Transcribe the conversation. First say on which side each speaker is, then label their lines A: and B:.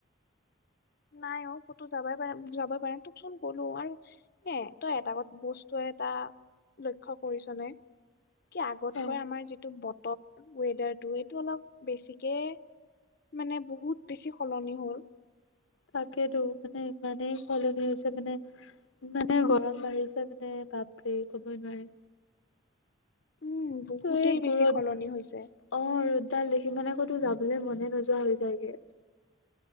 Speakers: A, on the left; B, on the left.
A: নাই অ', ক'তো যাবই পাৰা যাব পাৰা নাই তোকচোন ক'লো আৰু হে তই এটা বস্তুৱে এটা লক্ষ কৰিছ নে? কি আগতকৈ
B: অ
A: আমাৰ যিটো বতক ৱেডাৰটো এইটো অলপ বেছিকে মানে বহুত বেছি সলনি হ'ল।
B: তাকেতো। মানে ইমানেই সলনি হৈছে মানে ইমানে গৰম বাঢ়িছে মানে বাপ্ৰে ক'বই নোৱাৰি।
A: উম। বহুতেই
B: ৱেগ গুৰ'দ।
A: বেছি সলনি
B: অ',
A: হৈছে
B: ৰ'দডাল দেখি মানে ক'তো যাবলে মনে নোযোৱা হৈ যায়গে।